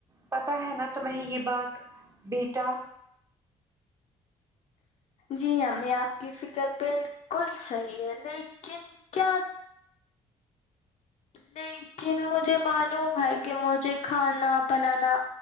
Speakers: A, on the right; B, on the left.
A: پتا ہے نا تو میں یہ بات بیٹا
B: جی ہمیں آپ کی فکر بالکل صحیح ہے لیکن کیا لیکن مجھے معلوم ہے کہ مجھے کھانا بنانا